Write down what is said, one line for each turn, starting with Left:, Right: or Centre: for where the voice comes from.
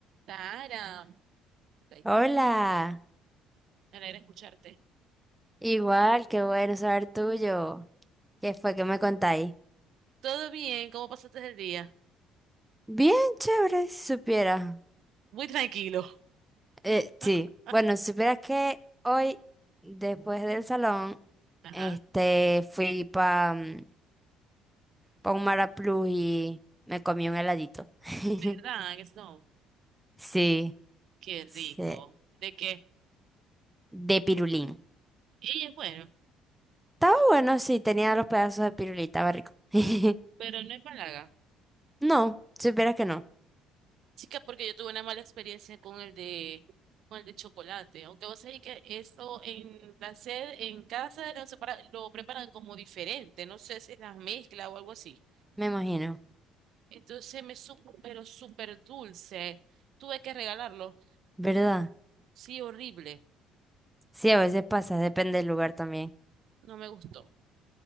Right: Clara, estoy-
Centre: Hola,
Right: me alegra escucharte.
Centre: igual, qué bueno saber tuyo. ¿Qué fue que me contáis?
Right: ¿Todo bien? ¿Cómo pasaste el día?
Centre: Bien, chévere, si supiera.
Right: Muy tranquilo.
Centre: Eh, sí,
Right: <laughs>
Centre: bueno, si supieras que hoy, después del salón,
Right: Ajá,
Centre: este, fui pa, mm, pa un Maraplus y me comí un heladito. <laughs>
Right: ¿verdad? Eso,
Centre: Sí,
Right: qué
Centre: sí,
Right: rico. De qué?
Centre: de pirulín.
Right: Y es bueno,
Centre: Estaba bueno, sí, tenía los pedazos de pirulita, estaba rico. <laughs>
Right: pero no es palaga.
Centre: No, si supieras que no,
Right: Chica, porque yo tuve una mala experiencia con el de, con el de chocolate. Aunque vos sabés que eso en la sed, en casa lo, separa- lo preparan como diferente. No sé si es la mezcla o algo así.
Centre: me imagino,
Right: Entonces me supo, pero súper dulce. Tuve que regalarlo.
Centre: ¿verdad?
Right: Sí, horrible.
Centre: Sí, a veces pasa, depende del lugar también.
Right: No me gustó.